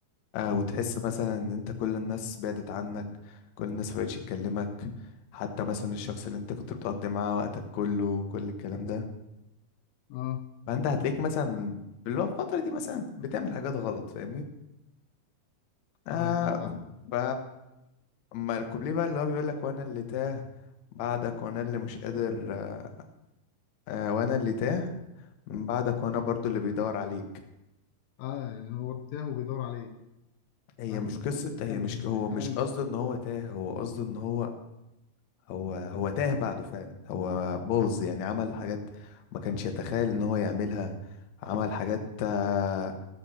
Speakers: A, on the left; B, on the left.
A: آه وتحس مثلا ان انت كل الناس بعدت عنك كل الناس مبقتش تكلمك حتى مثلا الشخص اللي انت كنت بتقضي معاه وقتك كله وكل الكلام ده
B: أه
A: فانت هتلاقيك مثلا في الوقت- الفترة دي مثلا بتعمل حاجات غلط فاهمني آه
B: أه يا صح فاهم
A: ف اما الكوبليه بقى اللي هو بيقول لك وانا اللي تاه بعدك وانا اللي مش قادر آه آه، وانا اللي تاه من بعدك وانا برضو اللي بيدور عليك
B: أه يعني هو ارتاح وبيدور عليه
A: هي
B: فاهمك
A: مش قصة
B: جامدة
A: هي مش
B: الحتة
A: هو
B: دي كلام
A: مش قصده ان هو تاه هو قصده ان هو هو هو تاه بعده فعلا هو باظ يعني عمل حاجات ما كانش يتخيل ان هو يعملها عمل حاجات آه،